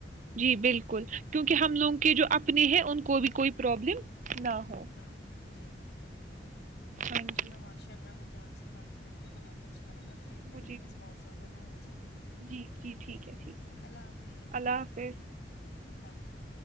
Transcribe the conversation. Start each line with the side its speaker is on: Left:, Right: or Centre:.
Right: جی بالکل کیونکہ ہم لوگوں کے جو اپنے ہیں ان کو بھی کوئی پرابلم نہ ہو
Left: نہ جی جی بالکل بالکل
Right: ہاں
Left: چلو
Right: جی
Left: ماشاء اللہ م آپ سے بات کر کے بہت اچھا لگا شر کریں
Right: مجھے
Left: گے اس
Right: بھی
Left: موووں کے بعد
Right: جی جی ٹھیک ہے ٹھیک ہے
Left: اللہ حافظ
Right: اللہ حافظ
Left: اللہ حافظ